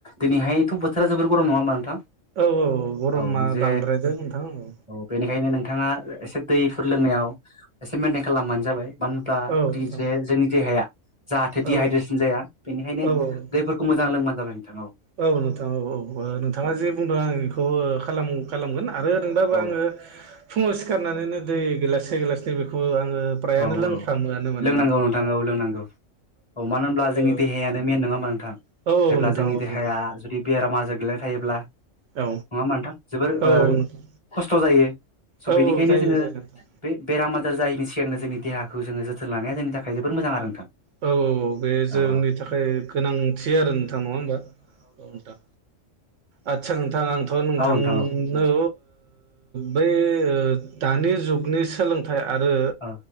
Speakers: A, on the left; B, on the right.
A: दिनैहायथ' बोथोरा जोबोर गरम नङा होमबा नोंथां?
B: औ औ गरमा
A: औ जे
B: बांद्रायदो नोंथां औ।
A: बेनिखायनो नोंथाङा एसे दैफोर लोंनायाव एसे मेइनटेन खालामबानो जाबाय। मानो होनब्ला
B: औ नोंथां
A: जोंनि देहाया जाहाथे
B: औ
A: दिहाइद्रेसन जाया बेनिखायनो
B: औ औ
A: दैफोर खौ मोजां लोंबा जाबाय नोंथां औ।
B: औ नोंथां औ औ नोंथाङा जे बुंदों आं बेखौ खालाम-खालामगोन आरो नों बाबो
A: औ
B: आङो फुङाव सिखारनानैनो दै गिलाससे गिलाससे बेखौ आङो फ्रायानो
A: औ
B: लोंफ्रामोआनो
A: औ
B: माने
A: लोंनांगौ नोंथां औ लोंनांगौ औ मानो होनब्ला जोंनि
B: ओ
A: देहायानो मेन नङा होमबा नोंथां?
B: औ
A: जेब्ला
B: नोंथां
A: जोंनि
B: औ
A: देहाया
B: नंगौ
A: जुदि बेराम आजार गोलैनाय थायोब्ला नङा
B: औ
A: मा नोंथां जोबोर
B: औ नोंथां
A: खस्थ' जायो स'
B: औ
A: बेनिखायनो
B: जायो
A: जोङो
B: जायो नोंथां
A: बे-बेराम आजार जायैनि सिगांनो जोंनि देहाखौ जोङो जोथोन लानाया जोंनि थाखाय जोबोर मोजां आरो नोंथां।
B: औ औ औ बे जोंनि
A: औ औ
B: थाखाय गोनांथि आरो नोंथां नङा होनबा? औ नोंथां। आदसा नोंथां आंथ' नोंथां
A: औ औ
B: नो बै दानि जुगनि सोलों थाइ आरो
A: औ